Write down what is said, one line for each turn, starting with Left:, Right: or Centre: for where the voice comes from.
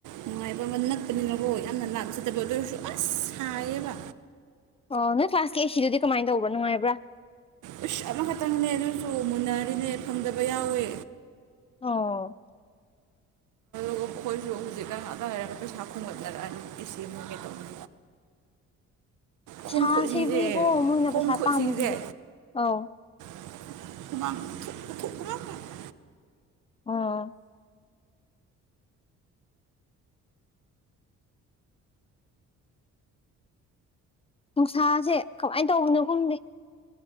Right: ꯅꯨꯡꯉꯥꯏꯕ ꯑꯃ ꯅꯛꯄꯅꯤꯅꯀꯣ ꯌꯥꯝꯅ ꯂꯥꯞꯅ ꯆꯠꯇꯕ ꯑꯗꯨ ꯑꯣꯏꯔꯁꯨ ꯑꯁ ꯁꯥꯏꯌꯦꯕ
Left: ꯑꯣ ꯅꯣꯏ ꯀ꯭ꯂꯥꯁꯀꯤ ꯑꯦꯁꯤꯗꯨꯗꯤ ꯀꯃꯥꯏꯟ ꯇꯧꯕꯥ ꯅꯨꯡꯉꯥꯏꯕ꯭ꯔꯥ
Right: ꯑꯦꯁꯤ ꯑꯃꯈꯇꯪꯅꯦ ꯑꯗꯨꯁꯨ ꯃꯨꯟꯅꯔꯤꯅꯦ ꯐꯪꯗꯕ ꯌꯥꯎꯋꯦ
Left: ꯑꯣ
Right: ꯑꯗꯣ ꯑꯩꯈꯣꯏꯁꯨ ꯍꯧꯖꯤꯛꯀꯥꯟ ꯑꯗꯥꯏꯔꯒ ꯄꯩꯁꯥ ꯈꯨꯝꯒꯠꯅꯔꯛꯑꯅꯤ ꯑꯦꯁꯤꯃꯨꯛ ꯀꯩ ꯇꯧꯅꯤ ꯈꯣꯡ
Left: ꯁꯥꯁꯤꯗꯤꯀꯣ
Right: ꯈꯨꯏꯪꯖꯦ
Left: ꯃꯣꯏꯅ
Right: ꯈꯣꯡ
Left: ꯄꯩꯁꯥ
Right: ꯈꯨꯠꯏꯪꯖꯦ
Left: ꯄꯥꯝꯕꯁꯤꯗꯤ ꯑꯧ
Right: <unintelligible>
Left: ꯑꯣ ꯅꯨꯡꯁꯥꯁꯦ ꯀꯃꯥꯏꯟ ꯇꯧꯕꯅꯣ ꯈꯪꯗꯦ